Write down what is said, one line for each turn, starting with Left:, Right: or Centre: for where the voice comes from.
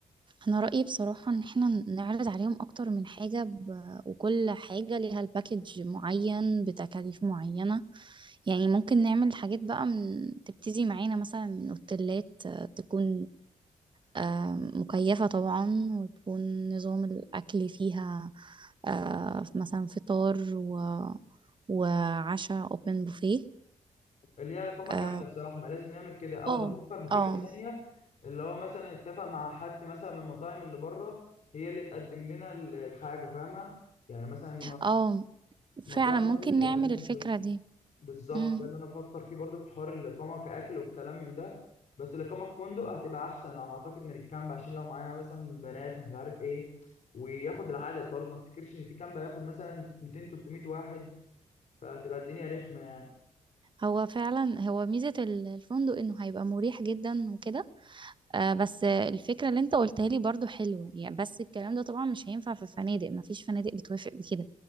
Right: أنا رأيي بصراحة إن إحنا نعرض عليهم أكتر من حاجة ب... وكل حاجة ليها الباكج معين بتكاليف معينة يعني ممكن نعمل حاجات بقى من... تبتدي معانا مثلا من أوتيلات آه، تكون آم، مكيفة طبعا وتكون نظام الأكل فيها آه، مثلا فطار و... وعشاء open buffet
Left: اللي هي اقامة
Right: اه
Left: كاملة الصراحة ما لازم نعمل كده او
Right: اه
Left: بفكر بفكرة
Right: اه
Left: تانية اللي هو مثلا اتفق مع حد مثلا من المطاعم اللي بره هي اللي تقدم لنا الحاجة فاهمة يعني مثلا
Right: آه،
Left: مطاعم
Right: فعلا ممكن
Left: هي اللي تقدم
Right: نعمل
Left: لنا
Right: الفكرة
Left: الجو.
Right: دي
Left: بالظبط
Right: مم.
Left: ده اللي انا بفكر فيه برضو في حوار الاقامه كاكل والكلام من ده بس الاقامه في فندق هتبقى احسن على ما اعتقد من الكامب عشان لو معانا مثلا بنات مش عارف ايه وياخد العدد برضو ما افتكرش ان في كامب هياخد مثلا 200 300 واحد فهتبقى الدنيا رخمه يعني
Right: هو فعلا هو ميزة ال- الفندق انه هيبقى مريح جدا وكده آه بس الفكرة اللي انت قلتها لي برضو حلوة يعني بس الكلام ده طبعا مش هينفع في الفنادق مفيش فنادق بتوافق بكده